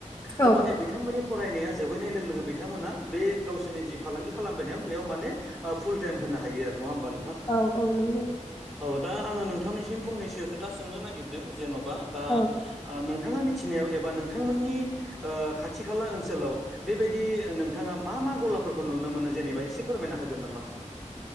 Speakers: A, on the left; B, in the centre.
A: औ
B: होमबानिया बिथांमोननि फरायनाया। जोबहैनाय लोगो लोगो बिथांमोना बे गावसोरनि जि फालांगि खालामबायनायाव बेयाव माने ओ-फुल टाइम होनो हायो आरो नङा होमबा नों
A: औ औ नोंगौ।
B: अह दा आङो नोंथांनिसिम फंनैसो खोथा सोंनो नागिरदों जेन'बा दा
A: औ
B: नों थाङा मिथिनायाव एबा नोंथांमोननि ओ- खाथि खाला ओनसोलाव बेबायदि ओ-नोंथाङा मा? मा गलाफोरखौ नुनो मोनो जेनेबा एसे फोरमायना होगोन नामा आं?